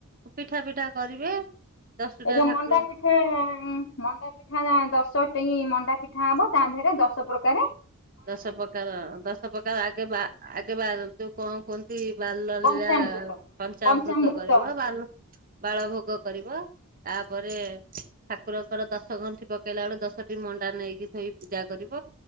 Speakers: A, on the right; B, on the left.
A: ପିଠା ପିଠା କରିବେ। ଦଶଟା
B: ଏଇ ଯୋଉ
A: ଠାକ୍
B: ମଣ୍ଡା ପିଠା ମଣ୍ଡା ପିଠା ଦଶ ଟେ ମଣ୍ଡା ପିଠା ହବ। ତା ଦେହରେ ଦଶ ପ୍ରକାରେ
A: ଦଶ ପ୍ରକାର ଦଶ ପ୍ରକାର ଆଗେ ବା ଆଗେ ବା ଯୋଉ କଣ କୁହନ୍ତି ବାଲ
B: ପଞ୍ଚାମୃତ
A: ଲୀଳା କଞ୍ଚାମୃତ
B: ପଞ୍ଚାମୃତ
A: କରିବ ବାଲ ବାଳ ଭୋଗ କରିବ। ତାପରେ ଠାକୁରଙ୍କର ଦଶ ଗଣ୍ଠି ପକେଇଲା ବେଳୁ ଦଶଟି ମଣ୍ଡା ନେଇକି ଥୋଇ ପୂଜା କରିବ।